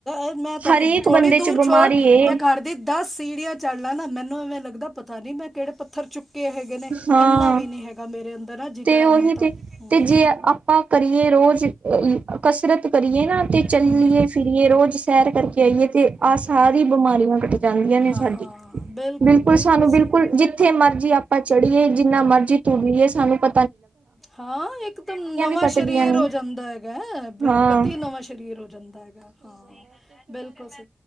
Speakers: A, in the centre; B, on the right.
A: ਐ ਮੈਂ ਤੁਹਾਨੂੰ
B: ਹਰੇਕ
A: ਥੋੜ੍ਹੀ
B: ਬੰਦੇ ਚ
A: ਦੂਰ
B: ਬਿਮਾਰੀ
A: ਛੋੜ
B: ਏ।
A: ਮੈਂ ਘਰ ਦੀ ਦਸ ਸੀੜੀਆਂ ਚਾੜ ਲਾ ਨਾ ਮੈਨੂੰ ਇਵੇਂ ਲੱਗਦਾ ਪਤਾ ਨੀ ਮੈਂ ਕਿਹੜੇ ਪੱਥਰ ਚੁੱਕ ਕੇ ਹੈਗੇ ਨੇ
B: ਹਾਂ
A: ਇੰਨਾ ਵੀ ਨੀ ਹੈਗਾ ਮੇਰੇ ਅੰਦਰ ਜਿਗਰਾ
B: ਤੇ ਉਹੀ
A: ਹੁਣ ਤਾਂ
B: ਤੇ,
A: ਹੂੰ
B: ਤੇ ਜੇ ਆਪਾਂ ਕਰੀਏ ਰੋਜ਼ ਕਸਰਤ ਕਰੀਏ ਨਾ ਤੇ ਚੱਲੀਏ
A: ਹੂੰ
B: ਫਿਰਏ ਰੋਜ਼ ਸੈਰ ਕਰਕੇ ਆਈਏ ਤੇ ਆਹ ਸਾਰੀ ਬਿਮਾਰੀਆਂ ਕੱਟ ਜਾਂਦੀਆਂ ਨੇ
A: ਹਾਂ
B: ਸਾਡੀ।
A: ਹਾਂ
B: ਬਿਲਕੁਲ ਸਾਨੂੰ
A: ਸਹੀ
B: ਬਿਲਕੁਲ ਜਿੱਥੇ ਮਰਜੀ ਆਪਾਂ ਚੜੀਏ ਜਿੰਨਾ ਮਰਜੀ ਤੁਰ ਲਈਏ ਸਾਨੂੰ ਪ
A: ਹਾਂ ਇੱਕਦਮ ਨਵਾਂ
B: ਕੱਟਦੀਆਂ
A: ਸਰੀਰ
B: ਨੇ
A: ਹੋ ਜਾਂਦਾ ਹੈਗਾ।
B: ਹਾਂ
A: ਕਤੀ ਨਵਾਂ ਸਰੀਰ ਹੋ ਜਾਂਦਾ ਹੈਗਾ ਹਾਂ ਬਿਲਕੁਲ ਸ